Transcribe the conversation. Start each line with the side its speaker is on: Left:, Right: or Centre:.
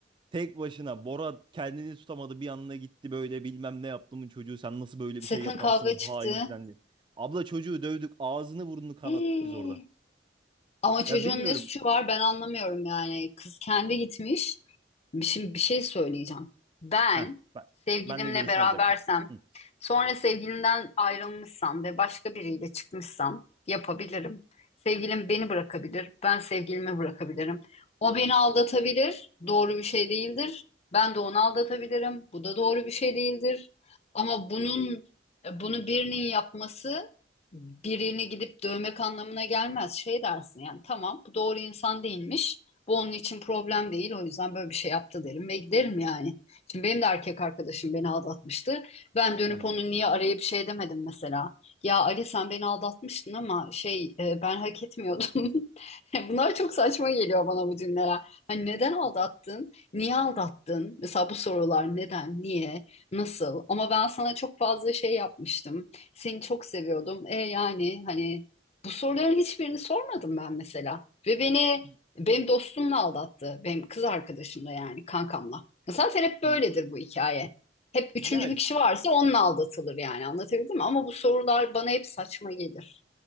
Right: Tek başına. Bora kendini tutamadı bir yanına gitti böyle bilmem ne yaptımın çocuğu sen nasıl böyle
Left: sakın
Right: bir şey yaparsın
Left: kavga
Right: hain
Left: çıktı.
Right: filan diye. Abla çocuğu dövdük ağzını burnunu kanattık
Left: Hii.
Right: biz orada.
Left: Ama çocuğun
Right: Ya bilmiyorum.
Left: ne suçu var ben anlamıyorum yani. Kız kendi gitmiş. Bir- Şimdi bir şey söyleyeceğim. Ben
Right: Heh, ben,
Left: sevgilimle
Right: ben de görüşünü
Left: berabersem,
Right: alacaktım. Hı.
Left: sonra sevgilimden ayrılmışsam ve başka biriyle çıkmışsam yapabilirim. Sevgilim beni bırakabilir, ben sevgilimi bırakabilirim. O beni aldatabilir, doğru bir şey değildir. Ben de onu aldatabilirim, bu da doğru bir şey değildir. Ama bunun bunu birinin yapması birini gidip dövmek anlamına gelmez. Şey dersin yani tamam bu doğru insan değilmiş. Bu onun için problem değil. O yüzden böyle bir şey yaptı derim ve giderim yani. Şimdi benim de erkek arkadaşım beni aldatmıştı. Ben dönüp
Right: Hı
Left: onu niye arayıp şey demedim mesela. Ya Ali sen beni aldatmıştın ama şey e, ben hak etmiyordum. <laughs> Bunlar çok saçma geliyor bana bu cümleler. Hani neden aldattın?
Right: Y-
Left: Niye aldattın? Mesela bu sorular neden, niye, nasıl? Ama ben sana çok fazla şey yapmıştım. Seni çok seviyordum. E yani hani bu soruların hiçbirini sormadım ben mesela. Ve beni
Right: y-
Left: benim dostumla aldattı. Benim kız arkadaşımla yani kankamla. Zaten hep böyledir
Right: y-
Left: bu hikaye. Hep üçüncü
Right: Ya
Left: bir kişi varsa onunla aldatılır yani anlatabildim mi? Ama bu sorular bana hep saçma gelir.